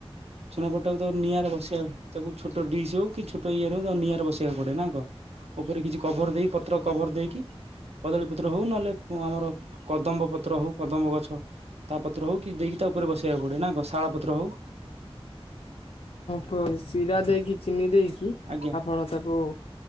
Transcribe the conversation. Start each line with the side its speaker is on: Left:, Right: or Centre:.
Right: ଛେନାପୋଡାଟକୁ ତାକୁ ନିଆଁରେ ବସେଇବାକୁ ତାକୁ ଛୋଟ ଡିସ୍ ହଉ କି ଛୋଟ ଇୟରେ ହଉ ନିଆଁରେ ବସେଇବାକୁ ପଡେ ନା କଣ? ଉପରେ କିଛି କଭର ଦେଇକି ପତ୍ର କଭର ଦେଇକି କଦଳୀ ପତ୍ର ହଉ ନହେଲେ ଓ ଆମର କଦମ୍ବ ପତ୍ର ହଉ କଦମ୍ବ ଗଛ ତା ପତ୍ର ହଉ କି ଦେଇକି ତା ତା ଉପରେ ବସେଇବାକୁ ପଡେ ନା କଣ? ଶାଳ ପତ୍ର ହଉ
Left: କ ଶିରା ଦେଇକି ଚିନି ଦେଇକି
Right: ଆଜ୍ଞା
Left: ଆପଣ ତାକୁ